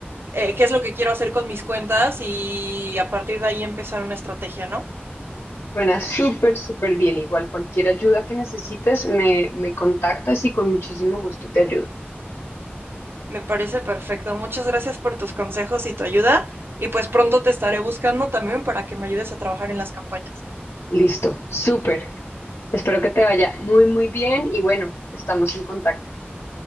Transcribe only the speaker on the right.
eh, qué es lo que quiero hacer con mis cuentas y a partir de ahí empezar una estrategia, ¿no?
Me parece perfecto. Muchas gracias por tus consejos y tu ayuda. Y pues pronto te estaré buscando también para que me ayudes a trabajar en las campañas.